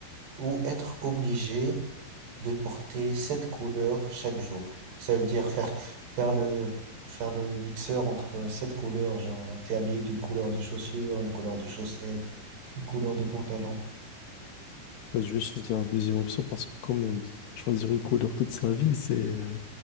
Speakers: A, on the right; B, on the left.
A: ou être obligé de porter sept couleurs chaque jour. Ça veut dire faire, faire le, faire le mixeur entre sept couleurs, genre t'es habillé d'une couleur de chaussures, une couleur de chaussettes, une couleur de pantalon.
B: bah, je vais choisir la deuxième option parce que quand même, choisir une couleur toute sa vie, c'est, euh,